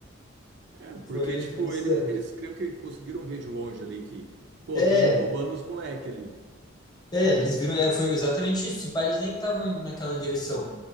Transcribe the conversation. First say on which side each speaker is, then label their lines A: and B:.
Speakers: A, on the right (about 55°); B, on the left (about 20°).
A: É, porque,
B: Foi,
A: tipo,
B: foi insano.
A: eles, eles creio que conseguiram ver de longe ali que, pô,
B: É,
A: estão roubando os moleque ali,
B: é,
A: né?
B: eles viram, é, foi exatamente isso. Tipo, eles nem estavam indo naquela direção.